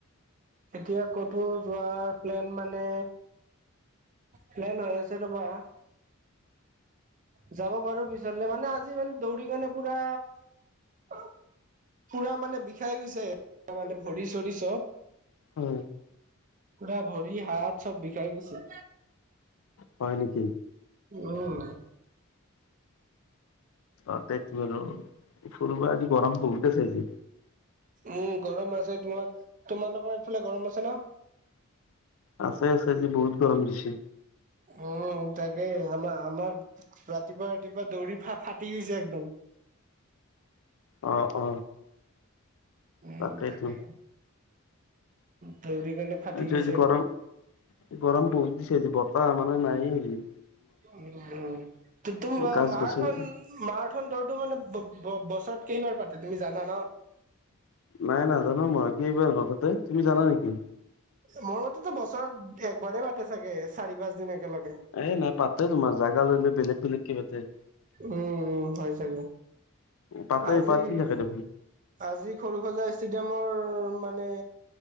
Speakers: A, on the right (about 35°); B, on the left (about 65°).
A: এতিয়া ক'তো যোৱাৰ প্লেন মানে প্লেন হৈ আছে ৰবা যাব পাৰো পিছৰলে মানে আজি মানে দৌৰি কাৰনে পুৰা আও পুৰা মানে বিষাই গৈছে, এ মানে ভৰি চৰি চব।
B: উম।
A: পুৰা ভৰি - হাত চব বিষাই গৈছে।
B: হয় নিকি?
A: উম।
B: অ তেত বোলো, ফুৰিব আজি গৰম বহুতে চাই যে।
A: উম গৰম আছে তোমাক, তোমালোকৰ এইফালে গৰম আছে ন?
B: আছে আছে আজি বহুত গৰম দিছে।
A: উম তাকেই আমাৰ আমাৰ ৰাতিপুৱা ৰাতিপুৱা দৌৰি ফা ফাটি গৈছে একদম।
B: অ অ।
A: উম
B: তাকেইতো
A: তাকে, দৌৰি কেনে ফাটি
B: আজি-
A: গৈছে
B: আজি গৰম,
A: একদম
B: গৰম বহুত দিছে আজি বতাহ মানে নায়েই।
A: উম' উম, টো- টোম মা
B: গাছ
A: মাৰথন
B: গছনি
A: মাৰথন দৌৰটো মানে ব- ব- বছৰত কেইবাৰ পাতে তুমি জানা ন?
B: নাই নাজানো মই, কেইবাৰ গল তাতে, তুমি জানা নেকি?
A: মোৰ মতেতো বছৰত একবাৰে পাতে চাগে, চাৰি-পাঁচ দিন একেলগে।
B: এ', নাই পাতে তোমাৰ জাগা লৈ লৈ বেলেগ বেলেগকে পাতে।
A: উম', উম', হ'য় চাগে,
B: পাতে
A: আজি
B: পাতি
A: সেই
B: থাকে দেখোন
A: আজি খৰুসজাই ষ্টেডিয়ামৰ মানে